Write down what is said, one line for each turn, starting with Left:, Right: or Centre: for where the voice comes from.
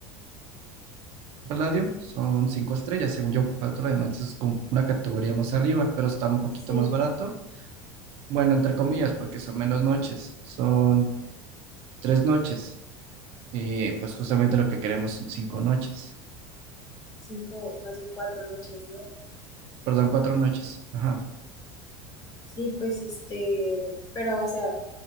Right: Palladium son cinco estrellas, según yo, cuatro diamantes es como una categoría más arriba, pero está un poquito
Left: sí,
Right: más barato. Bueno, entre comillas, porque son menos noches, son tres noches. Y pues justamente lo que queremos son cinco noches,
Left: cinco, más bien cuatro noches, ¿no?
Right: perdón, cuatro noches. Ajá.
Left: Sí, pues este, pero o sea,